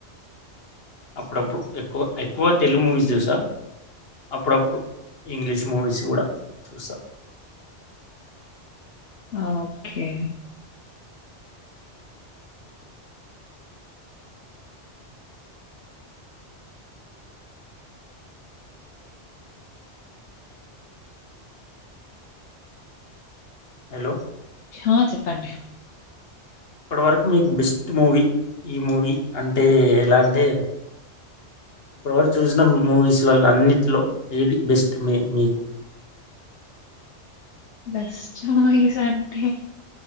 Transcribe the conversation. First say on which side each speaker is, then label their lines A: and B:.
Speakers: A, on the left (about 55°); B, on the left (about 75°).
A: అప్పుడప్పుడు ఎక్కువ ఎక్కువ తెలుగు మూవీస్ చూసా అప్పుడప్పుడు ఇంగ్లీష్ మూవీస్ కూడా చూసా
B: ఓకే
A: హలో
B: ఆ చెప్పండి
A: ఇప్పటి వరకు మీకు బెస్ట్ మూవీ ఈ మూవీ అంటే ఎలా అంటే ఇప్పటి వరకు చూసిన మూవీస్లల అన్నింటిలో ఏది బెస్ట్ మే మీకు
B: బెస్ట్ మూవీస్ అంటే